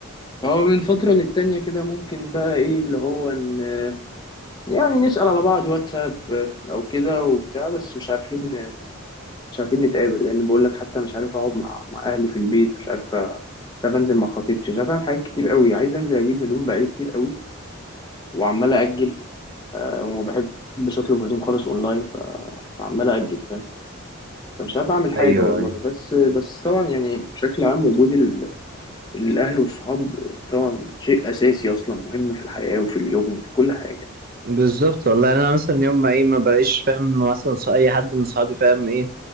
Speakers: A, on the left; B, on the right.
A: فهو من فتره للتانيه كده ممكن بقى ايه اللي هو ان يعني نسال على بعض واتساب او كده وبتاع بس مش عارفين مش عارفين نتقابل لان بقول لك حتى مش عارف اقعد مع مع اهلي في البيت مش عارف مش عارف انزل مع خطيبتي مش عارف اعمل حاجات كتير قوي عايز انزل اجيب هدوم بقالي كتير قوي وعمال اجل آه، وما بحبش اطلب هدوم خالص اونلاين ف- فعمال اجل فاهم فمش عارف اعمل حاجه
B: ايوه
A: والله
B: ايوه
A: بس بس طبعا يعني بشكل عام وجود ال- الاهل والصحاب طبعا شيء اساسي اصلا مهم في الحياه وفي اليوم وفي كل حاجه
B: بالظبط والله يعني انا مثلا يوم ما ايه ما بلاقيش فاهم مثلا ص- اي حد من صحابي فاهم ايه